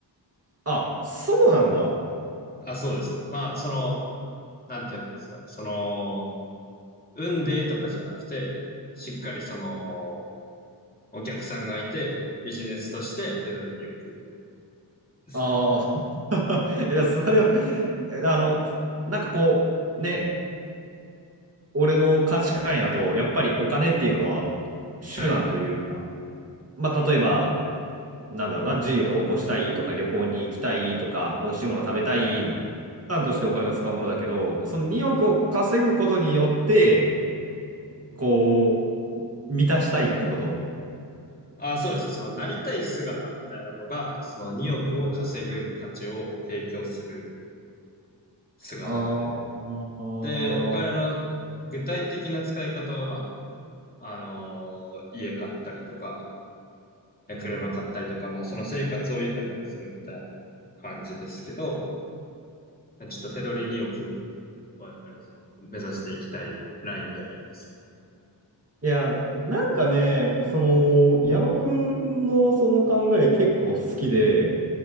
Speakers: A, on the right; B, on the left.
A: あ、そうなんだ。
B: あ、そうです。まあ、その、なんて言えばいいんですか。その、運でとかじゃなくて、しっかりその、お客さんがいて、ビジネスとして手取りに置くですね。
A: ああ。<laughs> え、だそれは、え、あの、なんかこう、ね、俺の価値観やと、やっぱりお金っていうのは手段というか、
B: はい。
A: まあ、例えば、なんだろうな、事業を起こしたいとか、旅行に行きたいとか、美味しいもの食べたいの、
B: はいはいはい。
A: 手段としてお金を使うものだけど、その2億を稼ぐことによって、こう、満たしたいってこと
B: あ、そうです。その、なりたい姿みたいなのが、その2億を稼ぐ価値を提供する
A: うん
B: 姿というか。
A: あーあ
B: で、お金の具体的な使い方は、まあ、あのー家買ったりとか、え車買ったりとか、
A: うん。
B: まあ、その生活を豊かにするみたいな感じですけど、ちょっと手取り2億はやっぱりその目指していきたいラインではありますね。
A: いや、なんかね、その、矢野くんのその考え結構好きで、